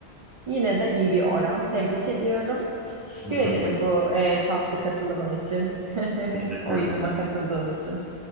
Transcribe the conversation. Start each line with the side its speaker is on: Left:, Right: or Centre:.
Right: Yine de iyi bir oran. Tebrik ediyorum. Teşekkür
Centre: Teşekkür
Right: ederim
Centre: ederim.
Right: bu e, tatlı katılımın için. <laughs>
Centre: Teşekkür
Right: Oyunuma
Centre: ederim.
Right: katıldığın için.